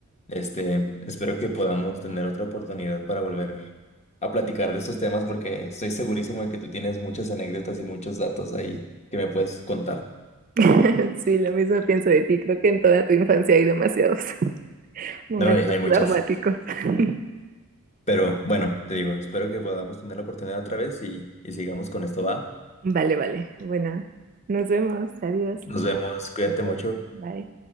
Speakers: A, on the left; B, on the right.
A: Este, espero que podamos tener otra oportunidad para volver a platicar de estos temas porque estoy segurísimo de que tú tienes muchas anécdotas y muchos datos ahí que me puedes contar.
B: <laughs> sí, lo mismo pienso de ti. Creo que en toda tu infancia hay demasiados <laughs> momentos
A: No, y hay muchas.
B: traumáticos. <laughs>
A: Pero bueno, te digo, espero que podamos tener la oportunidad otra vez y, y sigamos con esto, ¿va?
B: Vale, vale. Bueno, nos vemos. Adiós.
A: Nos vemos, cuídate
B: Ok,
A: mucho.
B: Bye.